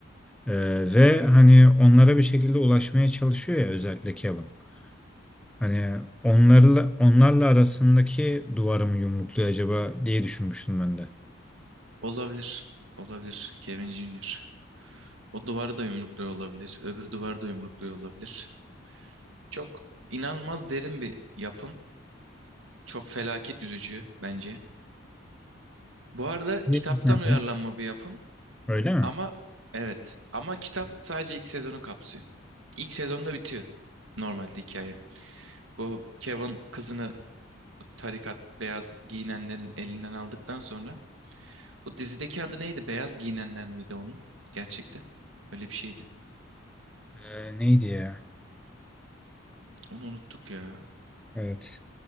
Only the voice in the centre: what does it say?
E, ve hani onlara bir şekilde ulaşmaya çalışıyor ya özellikle Kevin. Hani onlarla onlarla arasındaki duvarı mı yumrukluyor acaba diye düşünmüştüm ben de.
Değil
Hı
hı.
Öyle mi?
Ee, neydi ya?
Evet.